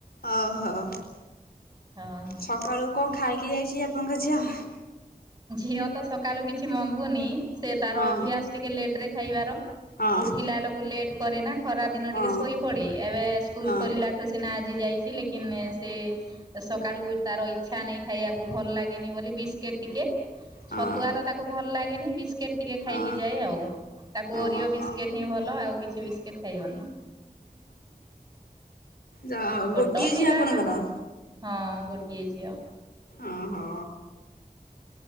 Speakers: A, on the left; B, on the right.
A: ଓହୋ,
B: ହଁ।
A: ସକାଳୁ କଣ ଖାଇକି ଯାଇଛି, ଆପଣଙ୍କ ଝିଅ?
B: ଝିଅ ତ ସକାଲୁ କିଛି ମଙ୍ଗୁନି, ସେ ତାର
A: ହଁ
B: ଅଭ୍ୟାସ ଟିକେ ଲେଟ ରେ ଖାଇବାର।
A: ହଁ
B: ଉଠିଲା ଲକୁ ଲେଟ କରେ ନା ଖରା ଦିନ
A: ହଁ
B: ଟିକେ ଶୋଇ ପଡେ, ଏବେ ସ୍କୁଲ
A: ହଁ
B: ଖୋଲିଲା ଠୁ ସିନା ଆଜି ଯାଇଛି ଲେକିନ ସେ ସକାଳୁ ତାର ଇ ଚ୍ଛା ନେଇ ଖାଇବାକୁ, ଭଲ ଲାଗେନି ବୋଲି ବିସ୍କିଟ ଟିକେ
A: ହଁ।
B: ଛତୁଆ ତ ତାକୁ ଭଲ ଲାଗେନି, ବିସ୍ ବିସ୍କେଟ୍ ଟିକେ ଖାଇକି
A: ହଁ
B: ଯାଏ ଆଉ, ତାକୁ
A: ଓହୋ
B: ଓରିଓ ବିସ୍କେଟ୍ ହିଁ ଭଲ, ଆଉ କିଛି ବିସ୍କେଟ୍ ଖାଇବନି।
A: ଯା
B: ଛୋଟ
A: ଗୋଟିଏ
B: ପିଲା
A: ଝିଅ ଆପଣଙ୍କର?
B: ନା ହଁ, ଗୋଟିଏ ଝିଅ।
A: ଓହୋ।